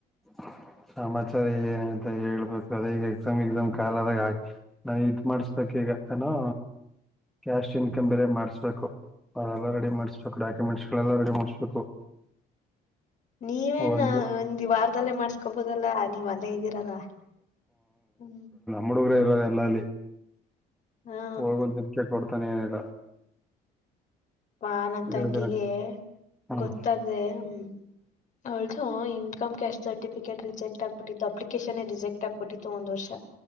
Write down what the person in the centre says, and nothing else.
<inaudible> ಸಮಾಚಾರ ಏನಂತ ಹೇಳ್ಬೇಕು ಅದ ಈಗ ಎಕ್ಸಾಮ್ ಎಕ್ಸಾಮ್ ಕಾಲದಾಗ ಹಾಕಿ ನಾ ಇ ಮಾಡಸ್ಬೇಕಕ್ ಈಗ ಏನೋ ಕ್ಯಾಶ್ ಇನ್ಕಮ್ ಬೇರೆ ಮಾಡ್ಸ್ಬೇಕು ಅದೆಲ್ಲ ರೆಡಿ ಮಾಡ್ಸ್್ಬೇಕು ಡಾಕ್ಯುಮೆಂಟ್ಸ್ ಗಳೆಲ್ಲ ರೆಡಿ ಮಾಡ್ಸ್ಬೇಕು
ಒಂದ್
ಹುಡುಗರು ಇರೋದು ಎಲ್ಲ ಅಲ್ಲಿ
ಹಗನ್ ಚಿನಿಕೆ ಕೊಡ್ತಾನೆ ಏನಿಲ್ಲ
ಎರಡ್ ದಿನ ಹ್ಮ್